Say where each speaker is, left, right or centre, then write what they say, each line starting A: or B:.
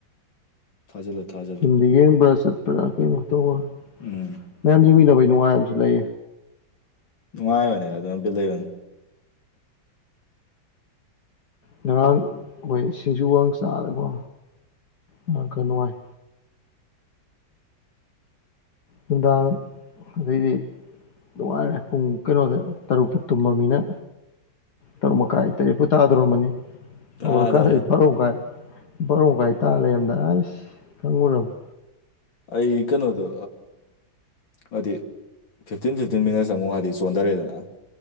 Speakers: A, on the left; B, on the left.
A: ꯊꯥꯖꯂ ꯊꯥꯖꯜꯦ
B: ꯌꯨꯝꯗ ꯌꯦꯡꯕ꯭ꯔꯥ ꯆꯠꯄ꯭ꯔꯥ ꯀꯩꯅꯣ ꯇꯧꯕ
A: ꯎꯝ
B: ꯅꯌꯥꯝꯗꯤꯃꯤꯗꯥꯕꯩ ꯉꯥ ꯍꯥꯏꯝꯁꯤꯂꯥꯏ
A: ꯅꯨꯡꯉꯥꯏꯕꯅꯦ ꯑꯗꯨꯅꯕꯤ ꯂꯩꯕꯅꯦ
B: ꯉꯔꯥꯡ ꯑꯩꯈꯣꯏ ꯁꯤꯡꯖꯨ ꯋꯥ ꯆꯥꯗꯕ ꯉꯥꯡ ꯈꯔ ꯅꯨꯡꯉꯥꯏ ꯅꯨꯡꯗꯥꯡ ꯑꯗꯩꯗꯤ ꯅꯨꯡꯉꯥꯏꯔꯦ ꯄꯨꯡ ꯀꯩꯅꯣꯗ ꯇꯔꯨꯛꯇ ꯇꯨꯝꯃꯃꯤꯅ ꯇꯔꯨꯛ ꯃꯈꯥꯏ ꯇꯔꯦꯠꯄꯣꯏ ꯇꯥꯗꯧꯣꯔꯝꯕꯅꯤ
A: ꯀꯥꯗꯣꯔꯦ
B: ꯍꯧꯒꯣꯠꯂꯀꯥꯟꯗ ꯑꯩ ꯥꯔꯨ ꯃꯈꯥꯏ ꯕꯣꯔꯣꯃꯈꯥꯏ ꯇꯥ ꯂꯩꯔꯝꯗꯅ ꯑꯁ ꯈꯪꯉꯨꯔꯝꯅꯤ
A: ꯑꯩ ꯀꯩꯅꯣꯗꯣ ꯍꯥꯏꯗꯤ ꯐꯤꯞꯇꯤꯟ ꯐꯤꯞꯇꯤꯟ ꯃꯤꯅꯠꯁ ꯑꯃꯨꯛ ꯍꯥꯏꯗꯤ ꯆꯣꯟꯊꯔꯦꯗꯅ